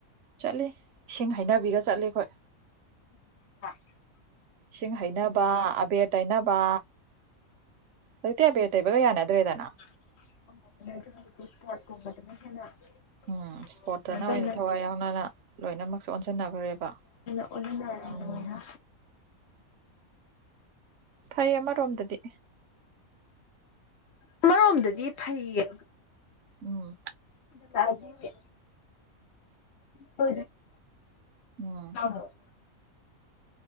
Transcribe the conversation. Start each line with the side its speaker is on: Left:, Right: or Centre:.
Right: ꯆꯠꯂꯦ ꯏꯁꯤꯡ ꯍꯩꯅꯕꯤꯒ ꯆꯠꯂꯤ ꯑꯩꯈꯣꯏ
Left: <inaudible>
Right: ꯏꯁꯤꯡ ꯍꯩꯅꯕ ꯑꯕꯦꯔ ꯇꯩꯅꯕ ꯍꯧꯖꯤꯛꯇꯤ ꯑꯕꯦ ꯇꯩꯕꯒ ꯌꯥꯅꯗ꯭ꯔꯦꯗꯅ
Left: <unintelligible>
Right: ꯎꯝ ꯏꯁꯄꯣꯔꯠꯇꯅ
Left: ꯀꯩꯅꯣ
Right: ꯑꯣꯏꯅ
Left: ꯇꯧꯅ
Right: ꯊꯋꯥꯏ ꯌꯥꯎꯅꯅ ꯂꯣꯏꯅꯃꯛꯁꯦ ꯑꯣꯟꯁꯤꯟꯅꯈ꯭ꯔꯦꯕ
Left: ꯑꯣꯖꯟꯅꯥꯔꯤꯅꯦꯅ
Right: ꯎꯝ ꯐꯩ ꯑꯃꯔꯣꯝꯗꯗꯤ
Left: ꯑꯃꯔꯣꯝꯗꯗꯤ ꯐꯩꯌꯦ
Right: ꯎꯝ
Left: ꯆꯥꯅꯤꯡꯇꯦ ꯍ
Right: ꯎꯝ
Left: <unintelligible>